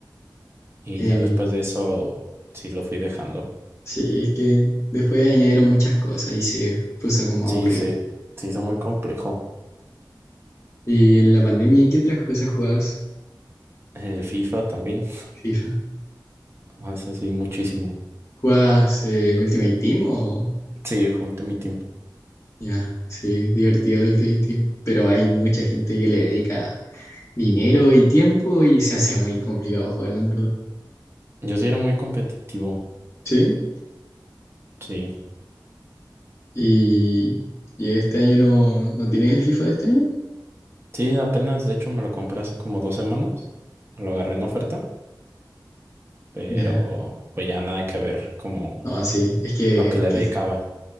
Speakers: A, on the right; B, on the left.
A: Y
B: eh,
A: ya después de eso, sí lo fui dejando.
B: sí, es que después añadieron muchas cosas y se puso como aburrido.
A: Sí, se, se hizo muy complejo.
B: ¿Y en la pandemia qué otras cosas jugabas
A: El FIFA también,
B: FIFA?
A: <laughs> hace así muchísimo.
B: ¿Jugabas eh, Ultimate Team o...?
A: Sí, Ultimate Team.
B: Ya, sí, divertido el Ultimate Team, pero hay mucha gente que le dedica dinero y tiempo y se hace muy complicado jugarlo, en verdad.
A: Yo sí era muy competitivo,
B: ¿Sí?
A: sí.
B: ¿Y, y este año no, no tienes el FIFA de este año?
A: Sí, apenas, de hecho, me lo compré hace como dos semanas. Lo agarré en oferta, pero
B: Ya,
A: pues ya nada que ver como
B: no, sí, es que,
A: lo que le
B: que
A: dedicaba.